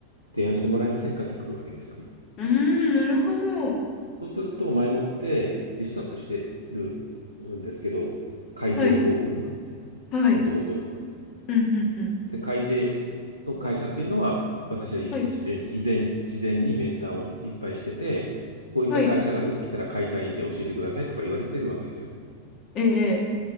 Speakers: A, on the right; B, on the left.
A: 提案してもらえませんかって来るわけですよ。
B: うーん、なるほど。
A: そうすると、前もってリストアップしてるんですけど、改定の方をね、
B: はい。はい。
A: もともと。
B: うんうんうん。
A: で、改定の会社っていうのは、
B: お
A: 私はい事前、
B: はい。
A: 以前、事前に面談をいっぱいしてて、こういった会社が出てきたら買いたいんで教えてくださいとか言われてるわけですよ。
B: はい。ええ。